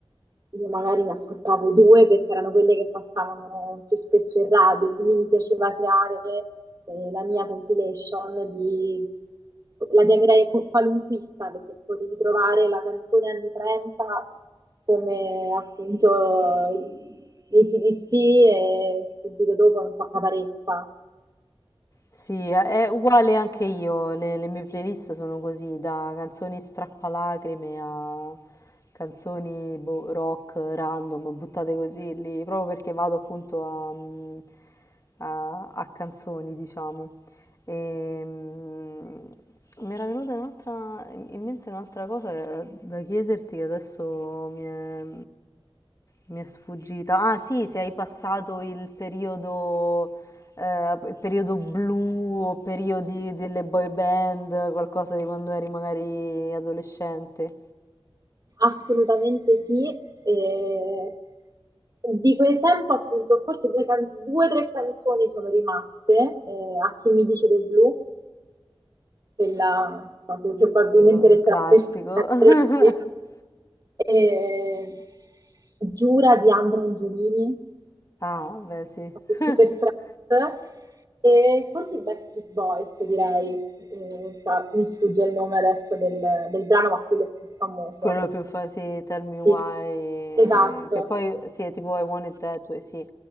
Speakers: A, on the right; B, on the left.
A: io magari ne ascoltavo due perché erano quelle che passavano più spesso in radio, quindi mi piaceva creare eh, la mia compilation di... La chiamerei co- qualunquista perché potevi trovare la canzone anni 30 come appunto i CDC e subito dopo, non so, Caparezza.
B: Sì, è uguale anche io, le, le mie playlist sono così, da canzoni strappalacrime a canzoni boh, rock random, buttate così lì, proprio perché vado appunto a, mm, a- a canzoni, diciamo. E, mm, mi era venuta un'altra, in mente un'altra cosa da chiederti che adesso mi è, mi è sfuggita. Ah, sì, se hai passato il periodo, eh, il periodo blu o periodi delle boy band, qualcosa di quando eri magari adolescente,
A: Assolutamente sì. E di quel tempo, appunto, forse due, can- due o tre canzoni sono rimaste. eh, a chi mi dice del blu, quella proprio probabilmente
B: un
A: resterà
B: un classico.
A: per sempre.
B: <laughs>
A: E Giura di Ambra Angiolini,
B: Ah, beh, sì.
A: proprio super
B: <laughs>
A: trap. E forse i Backstreet Boys, direi. Eh, fra- mi sfugge il nome adesso del, del brano, ma quello più famoso.
B: Quello più fa sì, Tell Me Why,
A: Sì. Esatto.
B: che poi sì, è tipo I Want It That Way, sì.